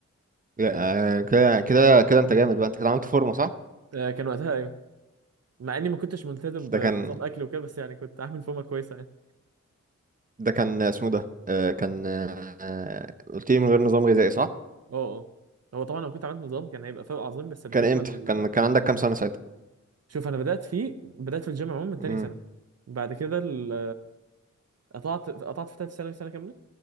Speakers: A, on the right; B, on the right.
A: لا آه كده كده كده انت جامد بقى انت كده عملت فورمه صح
B: آه كان وقتها ايوه مع اني ما كنتش ملتزم بنظام
A: ده كان
B: اكل وكده بس يعني كنت عامل فورمه كويسه يعني
A: ده كان اسمه ده آه كان آه آه، قلت لي من غير نظام غذائي صح
B: اه اه هو طبعا لو كنت عملت نظام كان هيبقى فرق عظيم بس الفكره
A: كان امتى
B: ال-
A: كان كان عندك كام سنه ساعتها
B: شوف انا بدات فيه بدات في الجيم عموما من تاني
A: امم
B: سنه بعد كده ال- قطعت قطعت في ثالث ثانوي سنه كامله